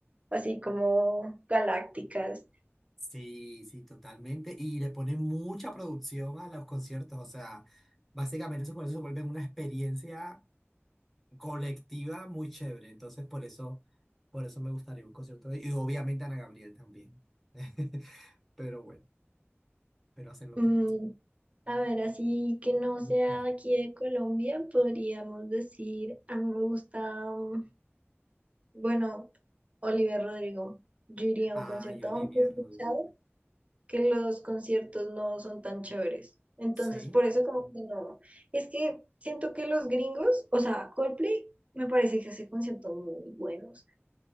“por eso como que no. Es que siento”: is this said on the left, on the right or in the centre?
Right